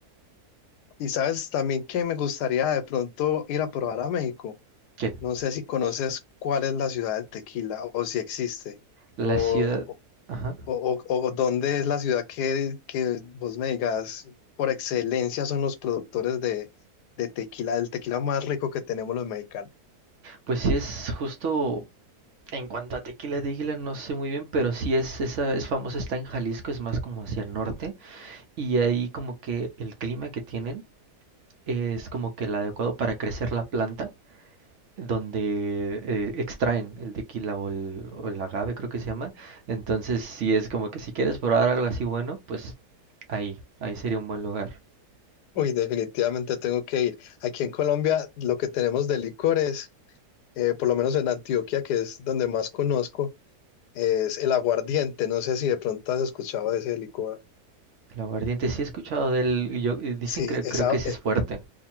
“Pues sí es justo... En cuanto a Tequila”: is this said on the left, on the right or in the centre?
Right